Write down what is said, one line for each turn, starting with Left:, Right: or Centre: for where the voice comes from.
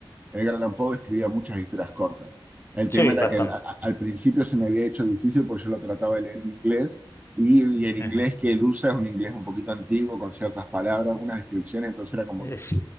Right: Edgar Allan Poe escribía muchas historias cortas. El
Left: Sí,
Right: tema era
Left: bastante.
Right: que al, a- al principio se me había hecho difícil porque yo lo trataba de leer en inglés y, y el inglés
Left: Ujú.
Right: que él usa es un inglés un poquito antiguo con ciertas palabras, unas descripciones, entonces era como
Left: Es-
Right: que